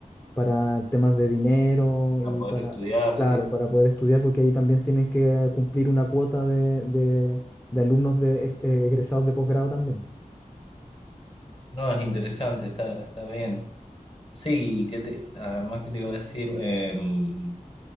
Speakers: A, on the left (about 15°); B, on the left (about 40°).
A: para temas de dinero
B: para
A: y
B: poder
A: para,
B: estudiar,
A: claro,
B: sí.
A: para poder estudiar, porque ahí también tienen que cumplir una cuota de, de- de alumnos de, ex- eh, egresados de posgrado también.
B: No, es interesante, está, está bien. Sí, que te, además que te iba a decir, Em,